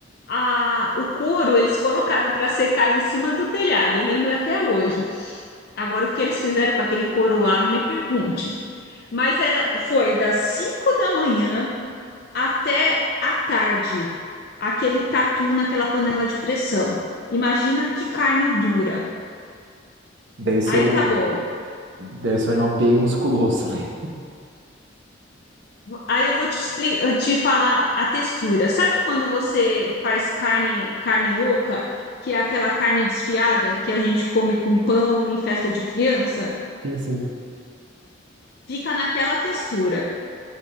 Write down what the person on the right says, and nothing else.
Deve ser
um.
Deve ser um animal bem musculoso, né?
Sim, sim.